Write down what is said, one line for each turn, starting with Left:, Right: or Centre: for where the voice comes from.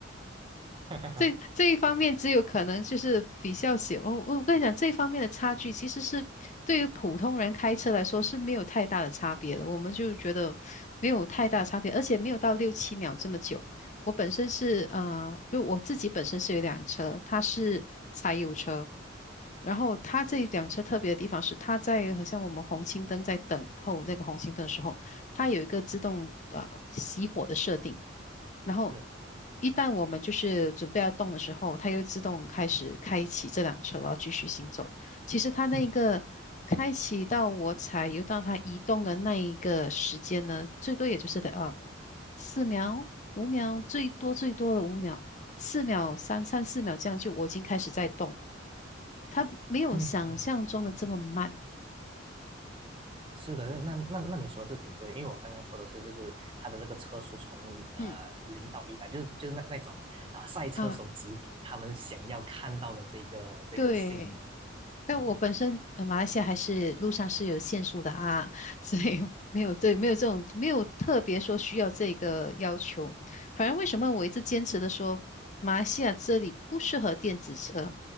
Right: <laughs>
Left: 这这一方面只有可能就是比较小。我我跟你讲，这方面的差距其实是对于普通人开车来说是没有太大的差别的。我们就觉得没有太大差别，而且没有到六七秒这么久。我本身是呃，就我自己本身是有一辆车，它是柴油车。然后它这一辆车特别的地方是，它在好像我们红熄灯在等候那个红熄灯的时候，它有一个自动呃熄火的设定。然后
Right: 是，
Left: 一旦我们就是准备要动的时候，它又自动开始开启这辆车，然后继续行走。其实它那个开启到我踩油到它移动的那一个时间呢，
Right: 嗯
Left: 最多也就是的啊四秒、五秒，最多最多的五秒，四秒、三三四秒这样就我已经开始在动，它没有想象中的这么慢。
Right: 嗯。是的，那那那你说的是挺对的，因为我刚刚说的是，就是它的这个车速从呃零到一百，
Left: 嗯
Right: 就是就是那那种啊、赛车手级别，
Left: 啊，
Right: 他们想要看到的这个这个性能，
Left: 对。但我本身呃，
Right: 嗯，
Left: 马来西亚还是路上是有限速的啊，<laughs> 所以没有对，没有这种没有特别说需要这个要求。反正为什么我一直坚持的说马来西亚这里不适合电子车？